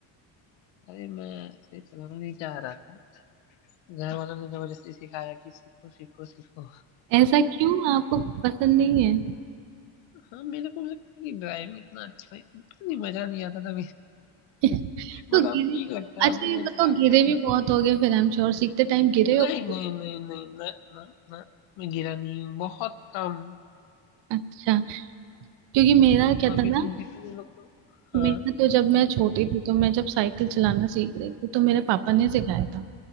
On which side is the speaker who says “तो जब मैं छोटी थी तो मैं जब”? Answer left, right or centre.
Right